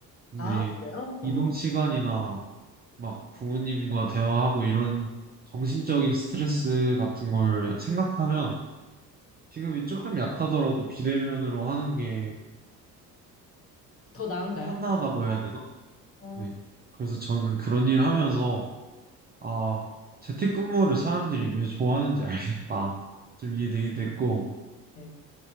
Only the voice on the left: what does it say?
아, 그래요?
어.
더 나은가요?
아,
네.